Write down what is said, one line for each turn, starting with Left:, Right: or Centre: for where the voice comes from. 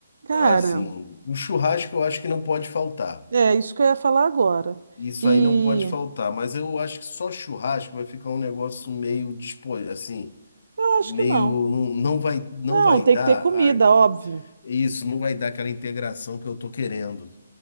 Right: Cara,
Left: Assim, o churrasco eu acho que não pode faltar.
Right: é isso que eu ia falar agora.
Left: Isso
Right: E
Left: aí não pode faltar, mas eu acho que só churrasco vai ficar um negócio meio disposto, assim,
Right: eu
Left: meio
Right: acho que não.
Left: não, não vai não
Right: Não,
Left: vai
Right: tem
Left: dar
Right: que ter comida,
Left: a
Right: óbvio.
Left: Isso não vai dar aquela integração que eu tô querendo.